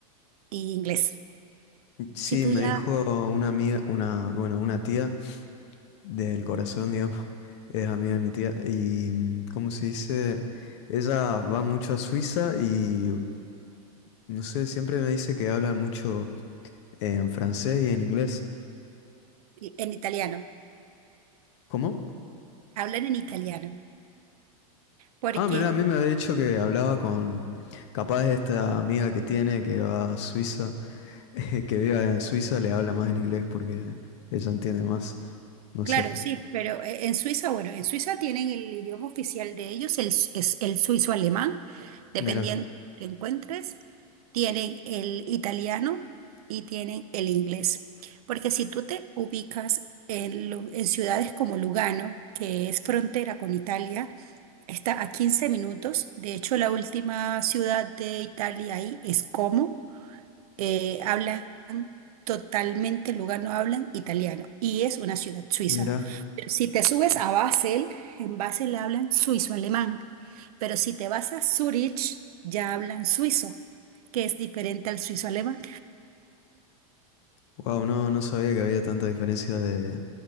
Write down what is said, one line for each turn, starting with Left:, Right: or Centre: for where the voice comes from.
Right: y inglés.
Left: Sí,
Right: Si tú
Left: me
Right: ya
Left: dijo una amiga, una, bueno, una tía del corazón, digamos, <laughs> es amiga de mi tía y mm, ¿cómo se dice? Ella va mucho a Suiza y no sé, siempre me dice que hablan mucho en francés y en inglés.
Right: en italiano,
Left: ¿Cómo?
Right: hablan en italiano, porque.
Left: Ah, mirá, a mí me había dicho que hablaba con capaz esta amiga que tiene que va a Suiza, <laughs> eh, que vive en Suiza, le habla más en inglés porque ella entiende más. No
Right: Claro,
Left: sé.
Right: sí, pero eh, en Suiza, bueno, en Suiza tienen el idioma oficial de ellos, el, s- es el suizo alemán, dependiendo
Left: Mira,
Right: de lo que encuentres, tienen el italiano y tienen el inglés. Porque si tú te ubicas en, lu- en ciudades como Lugano, que es frontera con Italia, está a 15 minutos. De hecho, la última ciudad de Italia ahí es Como. eh, hablan totalmente, Lugano hablan italiano y es una ciudad suiza.
Left: mira,
Right: Si te subes a Basel, en Basel hablan suizo-alemán, pero si te vas a Zurich, ya hablan suizo, que es diferente al suizo-alemán.
Left: Wow, no, no sabía que había tanta diferencia de,